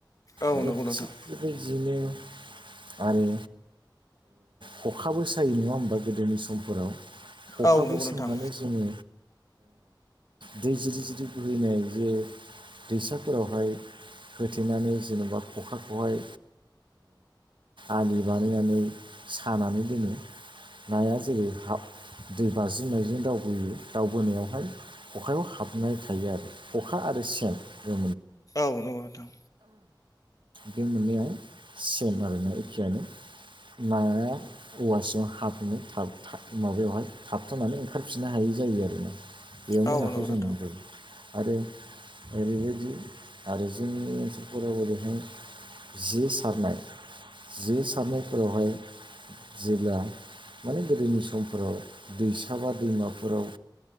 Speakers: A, on the left (about 45°); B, on the right (about 75°).
A: औ
B: आरो
A: नंगौ
B: थिग
A: नोंथां
B: बेबायदिनो बिदिनो आरो खखाबो सायो नङा होमबा गोदोनि समफोराव खखाबो
A: औ नंगौ नोंथां
B: सोंनानै जोङो दै जिरि जिरि बोहैनाय जे दैसाफोरावहाय होथेनानै जेनेबा खखाखौहाय आलि बानायनानै सानानै दोनो। नाया जेरै हाब दै बाज्रिनायजों दावबोयो दावबोनायावहाय अखायाव हाबनाय थायो आरो खखा आरो सेन जै
A: औ नंगौ नोंथां
B: बे मोननैया सेम आरोना एखेयानो नाया औवा स ज हाबुङै माबायावहाय थाबथ'नानै ओंखारफिननो हायै जायो आरो ना। बेयावनो
A: औ नंगौ
B: नाखौ
A: नोंथां
B: जों जायो। आरो ओरैबायदि आरो जोंनि ओनसोलफोराव ओरैहाय जे सारनाय जे सारनायफोरावहाय जेब्ला माने गोदोनि समफोराव दैसा बा दैमाफोराव